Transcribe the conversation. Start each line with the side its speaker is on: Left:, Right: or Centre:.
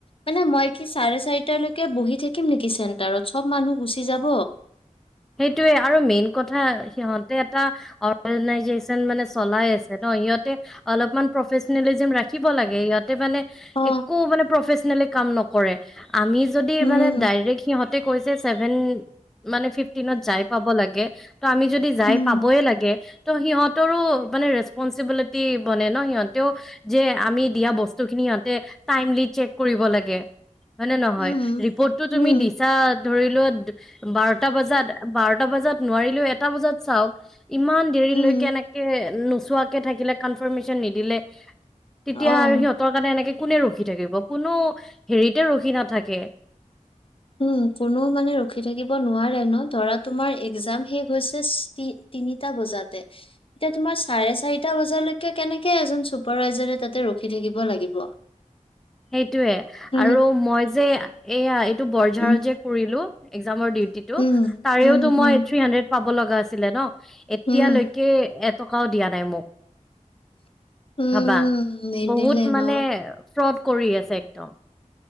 Left: মানে মই কি চাৰে- চাৰিটাৰ লৈকে বহি থাকি থাকিম নিকি চেণ্টাৰত চব মানুহ গুচি যাব।
Centre: সেইটোয়ে আৰু মেইন কথা সিহঁত এটা অৰ্গেনাইজেচন মানে চলাই আছে ন' সিহতে অলপমান প্ৰফেচনেলিজিম ৰাখিব লাগে ইয়াতে মানে
Left: অ
Centre: একো মানে প্ৰফেচনেল কাম নকৰে আমি যদি
Left: উম
Centre: মানে ডাইৰেক্ট সিহঁতে কৈছে যে চেভেন মানে ফিফটিনত যাই পাব লাগে। ত' আমি যদি যাই
Left: উম
Centre: পাবয় লাগে ত' সিহঁতৰো মানে ৰেচপনচিবিলিটি বনে ন' সিহঁতেও যে আমি দিয়া বস্তু খিনি সিহঁতে টাইমলি চেক কৰিব লাগে হয় নে নহয়?
Left: উম
Centre: ৰিপোৰ্টটো তুমি
Left: উম
Centre: দিছা ধৰিলোৱা বাৰটা বজাত -বাৰটা বজাত নোৱাৰিলেও এটা বজাত চাওক ইমান দেৰিলৈকে
Left: উম
Centre: এনেকে নোচোৱাকে থাকিলে কনফাৰ্মেশ্যন নিদিলে তেতিয়া
Left: অ।
Centre: আৰু সিহঁতৰ কাৰণে এনেকে কোনে ৰখি থাকিব। কোনো হেৰিতে ৰখি নাথাকে।
Left: উম, কোনোও মানে ৰখি থাকিব নোৱাৰে ন' ধৰা তোমাৰ একজাম শেষ হৈছে তিনিটা বজাতে এতিয়া তোমাৰ চাৰে- চাৰিটা বজালৈকে কেনেকে এজন চুপাৰভাইজাৰে তাতে ৰখি থাকিব লাগিব।
Centre: সেইটোয়ে
Left: উম,
Centre: আৰু
Left: সেই-
Centre: মই যে এয়া বৰঝাৰত
Left: উম,
Centre: যে কৰিলো এক্সামৰ ডিউটিটো,
Left: উম,
Centre: তাৰেও
Left: উম,
Centre: টো
Left: উম,
Centre: মই থ্ৰি হান্দ্ৰেড পাব লগা আছিলে ন' এতিয়ালৈকে
Left: উম,
Centre: এটকাও দিয়া নাই মোক।
Left: উম
Centre: ভাবা
Left: নিদিলে
Centre: বহুত
Left: ন?
Centre: মানে ফ্ৰড কৰি আছে একদম।